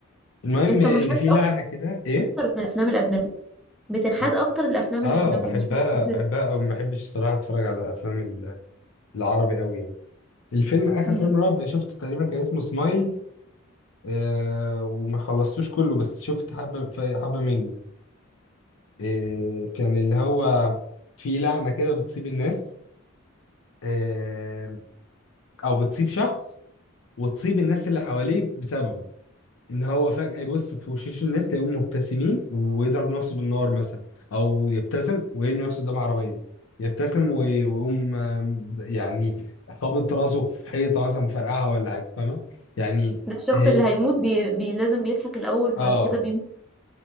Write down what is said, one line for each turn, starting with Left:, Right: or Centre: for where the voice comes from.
Left: المهم
Centre: انت
Left: ان
Centre: منحاز
Left: في لعنة كده ايه
Centre: اكتر للافلام الاجنبي بتنحاز
Left: اه
Centre: اكتر للافلام
Left: آه،
Centre: الاجنبي
Left: بحبها
Centre: مش بتحب
Left: بحبها او ما بحبش الصراحة اتفرج على افلام ال- العربي قوي يعني. الفيلم اخر
Centre: مم.
Left: فيلم رعب شفته تقريبا كان اسمه سمايل آه وما خلصتوش كله بس شفت حبه ف- حبه منه آه كان اللي هو في لعنه كده بتصيب الناس آه او بتصيب شخص وتصيب الناس اللي حواليه بسببه ان هو فجاه يبص في وشوش الناس تلاقيهم مبتسمين ويضرب نفسه بالنار مثلا او يبتسم ويرمي نفسه قدام عربيه يبتسم وي- ويقوم آه، يعني خابط راسه في حيطه مثلا مفرقعها ولا حاجه فاهمه يعني
Centre: ده الشخص
Left: هي
Centre: اللي هيموت بي... بي... لازم بيضحك الاول وبعد
Left: اه
Centre: كده بيموت